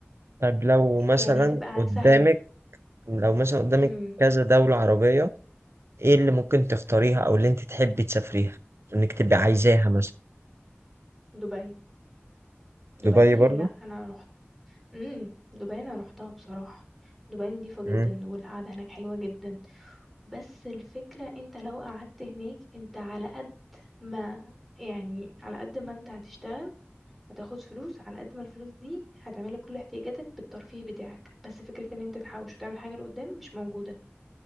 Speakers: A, on the right; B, in the centre.
A: طب لو
B: يعني
A: مثلا
B: هتبقى
A: قدامك
B: سهله
A: لو مثلا قدامك
B: امم
A: كذا دولة عربية إيه اللي ممكن تختاريها أو اللي أنت تحبي تسافريها إنك تبقي عايزاها مثلا
B: دبي دبي
A: دبي برضو
B: لا انا رحت امم دبي انا رحتها بصراحه دبي نضيفة جدا
A: مم.
B: والقعدة هناك حلوة جدا بس الفكرة انت لو قعدت هناك انت على قد ما يعني على قد ما انت هتشتغل هتاخد فلوس على قد ما الفلوس دي هتعملك كل احتياجاتك بالترفيه بتاعك بس فكرة ان انت تحوش وتعمل حاجة لقدام مش موجودة